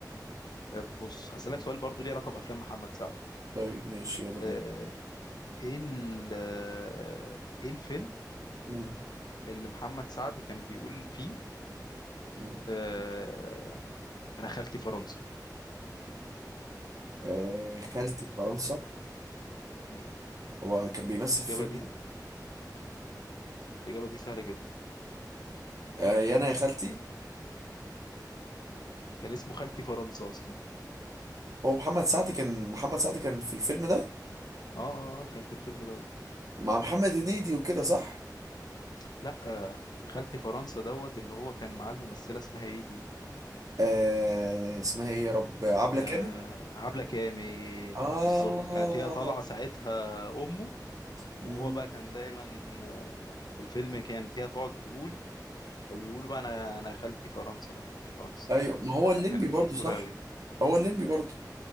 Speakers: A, on the left; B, on the right.
A: أه، بص هسالك سؤال برضو ليه علاقه بافلام محمد سعد
B: طيب ماشي يلا بينا
A: أه، ايه ال- أه، ايه الفيلم
B: مم.
A: اللي محمد سعد كان بيقول فيه
B: مم.
A: أه، انا خالتي فرنسا
B: آه خالتي في فرنسا
A: مم،
B: هو كان بيمثل
A: الإجابة
B: في الفيلم
A: دي
B: ده
A: الإجابة دي سهلة جدا
B: آه يا انا يا خالتي
A: كان اسمه خالتي فرنسا أصلا
B: هو محمد سعد كان محمد سعد كان في الفيلم ده
A: آه آه، كان في الفيلم دوت
B: مع محمد هنيدي وكده صح
A: لأ آه، خالتي فرنسا دوت اللي هو كان معاه الممثلة اسمها إيه دي
B: آه اسمها ايه يا رب عبلة
A: آه
B: كامل
A: عبلة كامل
B: اه
A: بالظبط كانت هي طالعة ساعتها أمه
B: مم.
A: وهو بقى كان دايما آه، في الفيلم كانت هي تقعد تقول او يقولوا بقى انا انا خالتي فرنسا انا خالتي فرنسا
B: ايوه
A: كان
B: ما هو
A: آه،
B: الليمبي
A: كانت
B: برضو
A: مشهورة
B: صح
A: قوي
B: هو الليمبي برضو